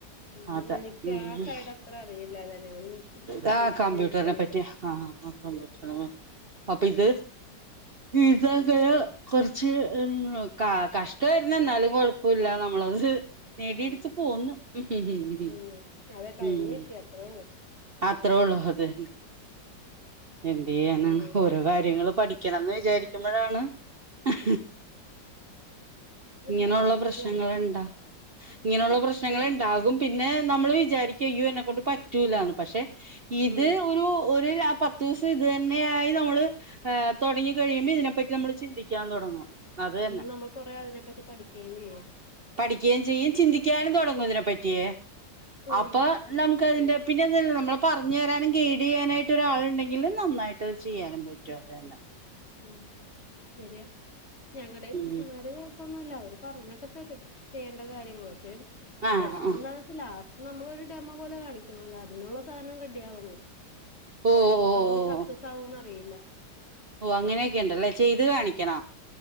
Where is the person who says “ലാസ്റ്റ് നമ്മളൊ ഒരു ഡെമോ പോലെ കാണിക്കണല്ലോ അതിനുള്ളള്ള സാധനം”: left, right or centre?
Left